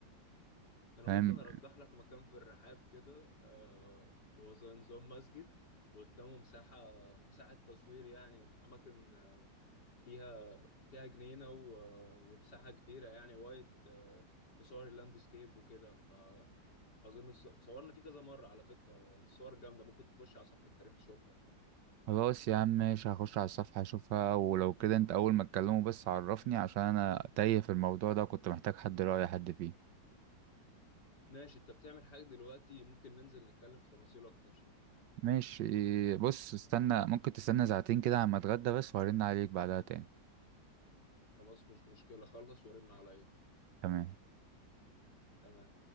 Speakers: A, on the left; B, on the right.
A: انا
B: فاهم
A: ممكن ارجح لك مكان في الرحاب كده آه هو زي نظام مسجد وقدامه مساحة مساحة تصوير يعني أماكن فيها فيها جنينة و... ومساحة كبيرة يعني وايد آه، لصور اللاندسكيب وكده فأظن الص- وصورنا فيه كذا مرة على فكرة الصور جامدة ممكن تخش على صفحة كريم تشوفها
B: خلاص يا عم ماشي هخش على الصفحة اشوفها ولو كده انت اول ما تكلمه بس عرفني عشان انا تايه في الموضوع ده كنت محتاج حد رأي حد فيه
A: ماشي أنت بتعمل حاجة دلوقتي ممكن ننزل نتكلم في تفاصيل أكتر
B: ماشي بص استنى ممكن تستنى ساعتين كده عما اتغدى بس وهرن عليك بعدها تاني
A: خلاص مش مشكلة خلص ورن عليا
B: تمام
A: تمام